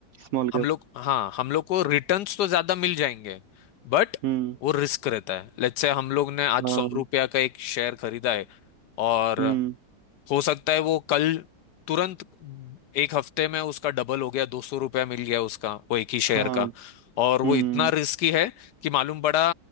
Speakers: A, on the right (about 80°); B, on the left (about 70°).
A: Small
B: हम
A: cap
B: लोग हाँ हम लोग को रिटर्न्स तो ज्यादा मिल जाएंगे बट
A: हम्म
B: वो रिस्क रहता है लेट्स से हम लोग ने आज
A: हाँ
B: सौ रुपया का एक शेयर खरीदा है और
A: हम्म
B: हो सकता है वो कल तुरंत एक हफ्ते में उसका डबल हो गया दो सौ रुपया मिल गया उसका वो एक ही शेयर
A: हाँ
B: का और वो
A: हम्म
B: इतना रिस्की है कि मालूम पड़ा